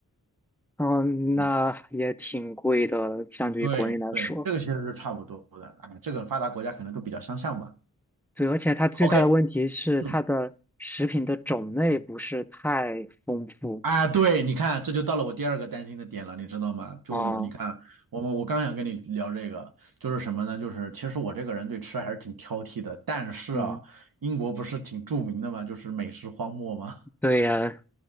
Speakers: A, in the centre; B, on the right.
A: 嗯，
B: 嗯，
A: 那也挺贵的，相对于国内来说。
B: 对对，这个其实是差不多的。哎，这个发达国家可能都比较相像吧。
A: 对，而且它最大的问题是它的食品的种类不是太丰富
B: OK，嗯，啊，对，你看，这就到了我第二个担心的点了，你知道吗？就你看，
A: 啊。
B: 我们我刚想跟你聊这个，就是什么呢？就是其实我这个人对吃还是挺挑剔的，但是啊，
A: 嗯，
B: 英国不是挺著名的嘛，就是美食荒漠吗？
A: 对呀，